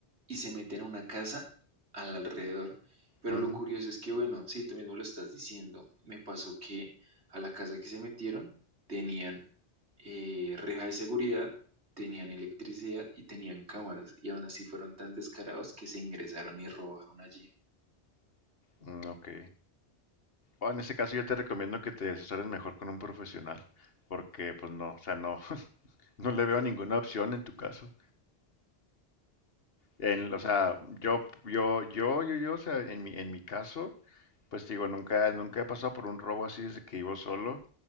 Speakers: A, on the right; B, on the left.
A: y se meten a una casa al alrededor. Pero
B: Ujú.
A: lo curioso es que, bueno, sí, tú mismo lo estás diciendo. Me pasó que a la casa que se metieron tenían eh, reja de seguridad, tenían electricidad y tenían cámaras. Y aún así fueron tan descarados que se ingresaron y robaron allí.
B: Mm, ok. O en ese caso yo te recomiendo que te asesores mejor con un profesional, porque pues no, o sea, no <laughs> no le veo ninguna opción en tu caso. En, o sea, yo, yo, yo, yo, yo, o sea, en mi, en mi caso, pues digo, nunca, nunca he pasado por un robo así desde que vivo solo.